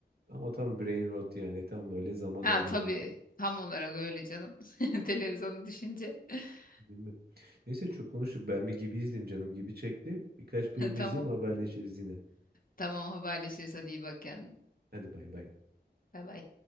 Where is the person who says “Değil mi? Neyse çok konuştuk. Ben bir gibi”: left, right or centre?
Right